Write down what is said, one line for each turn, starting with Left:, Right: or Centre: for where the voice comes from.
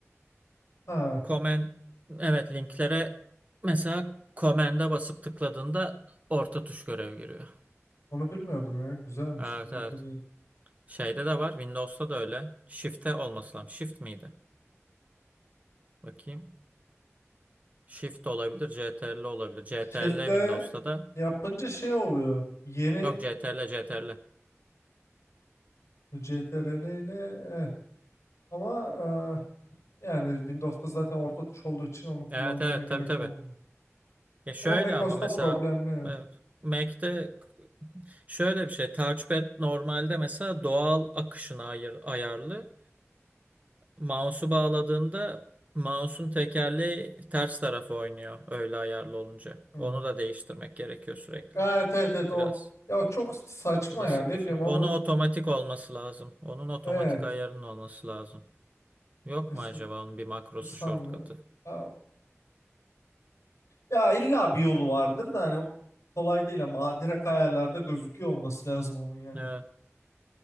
Left: ha
Right: Komen evet linklere mesela Command'e basıp tıkladığında orta tuş görev giriyor.
Left: onu bilmiyordum ya. Güzelmiş.
Right: Evet
Left: Onu
Right: evet.
Left: deneyelim.
Right: Şeyde de var. Windows'ta da öyle. Shift'e olması lazım. Shift miydi? Bakayım. Shift olabilir. CTRL olabilir. CTRL
Left: Shift'le
Right: Windows'ta da.
Left: yapınca şey oluyor. Yeni
Right: Yok CTRL CTRL.
Left: CTRL ile evet. Ama e, yani Windows'ta zaten orta tuş olduğu için onu kullanmana
Right: Evet evet
Left: gerek
Right: tabii tabii.
Left: olmuyor.
Right: Ya şöyle
Left: Ama macOS'ta
Right: ama mesela
Left: problemli. Evet.
Right: evet, Mac'te şöyle bir şey. Touchpad normalde mesela doğal akışına ayır, ayarlı. Mouse'u bağladığında mouse'un tekerleği ters tarafa oynuyor öyle ayarlı olunca.
Left: Hmm.
Right: Onu da değiştirmek gerekiyor sürekli.
Left: Ha, Evet evet evet o
Right: Biraz.
Left: ya o çok saçma
Right: Bu da
Left: ya
Right: sıkıcı.
Left: ne bileyim onu
Right: Onu otomatik olması lazım. Onun otomatik
Left: evet
Right: ayarının olması lazım. Yok
Left: kesinlikle.
Right: mu acaba onun bir makrosu
Left: Sanmıyorum.
Right: shortcut'ı?
Left: Ya, ya illa bir yolu vardır da hani o kolay değil ama adire kayalarda gözüküyor olması lazım onun yani.
Right: Evet,